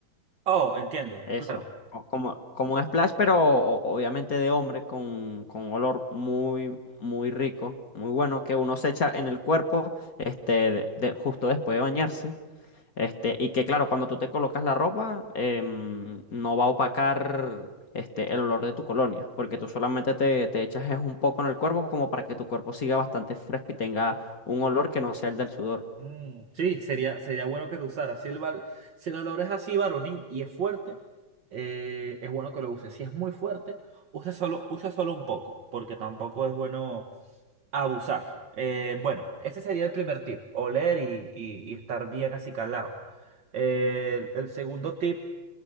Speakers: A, on the right; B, on the left.
A: Oh, entiendo,
B: eso.
A: claro.
B: Co- Como, como un splash, pero o- obviamente de hombre, con, con olor muy, muy rico, muy bueno, que uno se echa en el cuerpo, este, de- de- justo después de bañarse. Este, y que claro, cuando tú te colocas la ropa, em, no va a opacar este, el olor de tu colonia, porque tú solamente te, te echas es un poco en el cuerpo como para que tu cuerpo siga bastante fresco y tenga un olor que no sea el del sudor,
A: Mm, sí, sería, sería bueno que lo usara. Si el, val- si el olor es así varonil y es fuerte, eh, es bueno que lo use. Si es muy fuerte, usa solo, usa solo un poco, porque tampoco es bueno abusar. Eh, bueno, ese sería el primer tip, oler y, y, y estar bien acicalado. Eh, el segundo tip